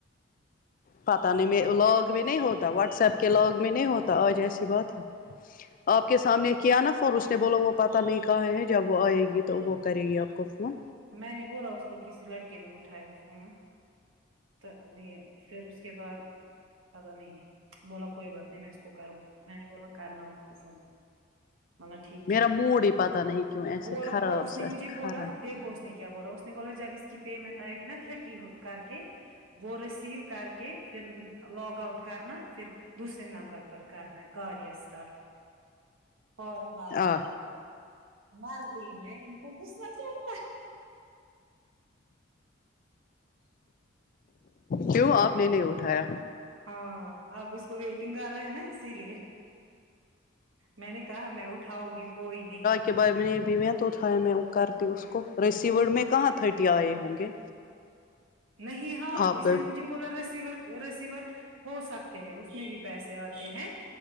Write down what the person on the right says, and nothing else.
میں نے بولا اس کو کسی لڑکے نے اٹھایا ہے فون تو یہ پھر اس کے بعد پتا نہیں بولا کوئی بات نہیں میں اس کو کروں گی میں نے بولنا کرنا اس کو فون مل ٹھیک
ہے
وہ
اس
نے مجھے
بولا دیکھو اس نے کیا بولا اس نے بولا جب اس کی پیمنٹ آئے گی نا تھرٹی کر کے وہ رسیو کر کے پھر لوگ آؤٹ کرنا پھر دوسرے نمبر پر کرنا کاریہ اسٹارٹ فارم بنا
مر گئی میں ان کو گھس نہ چڑتا
ہاں اب اس کو ویٹنگ کر رہا ہے نا اسی لیے میں نے کہا میں اٹھاؤں گی کوئی نہیں
نہیں ہاں
اس
نے مجھ ج بولا ریسیور ریسیور ہو سکتے ہیں اس میں بھی پیسے آتے ہیں